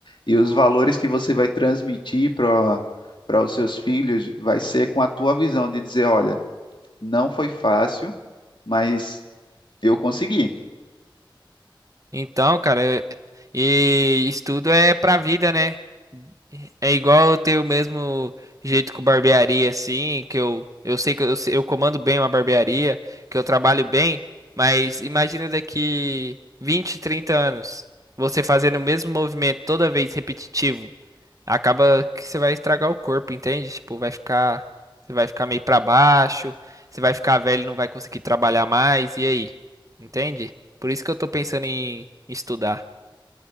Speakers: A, on the left; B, on the right.
A: e os valores que você vai transmitir para para os seus filhos vai ser com a tua visão de dizer, olha, não foi fácil, mas eu consegui.
B: Então, cara, é- e estudo é pra vida, né? É igual eu ter o mesmo jeito com barbearia, assim, que eu, eu sei que eu, sei- eu comando bem uma barbearia, que eu trabalho bem, mas imagina daqui 20 30 anos, você fazendo o mesmo movimento toda vez repetitivo acaba que você vai estragar o corpo, entende? Tipo, vai ficar, você vai ficar meio pra baixo, você vai ficar velho, e não vai conseguir trabalhar mais, e aí? Entende? Por isso que eu tô pensando em estudar.